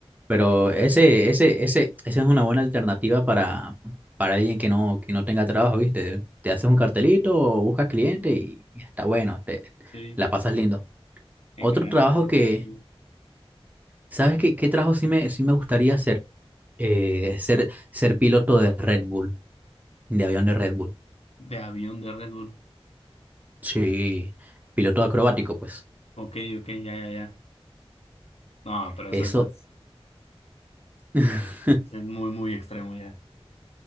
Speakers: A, on the right (about 15°); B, on the left (about 80°).
A: Pero ese, ese, ese, esa es una buena alternativa para, para alguien que no, que no tenga trabajo, ¿viste? Te haces un cartelito o buscas cliente y está bueno, te
B: Sí,
A: la pasas lindo.
B: en
A: Otro
B: general
A: trabajo
B: sería
A: que,
B: divertido.
A: ¿sabes qué, qué trabajo sí me, sí me gustaría hacer? Eh, ser, ser piloto de Red Bull, de avión de Red Bull.
B: De avión de Red Bull.
A: Sí, piloto acrobático, pues.
B: Ok, ok, ya, ya, ya. No, pero
A: Eso,
B: eso es...
A: <laughs>
B: Es muy, muy extremo ya.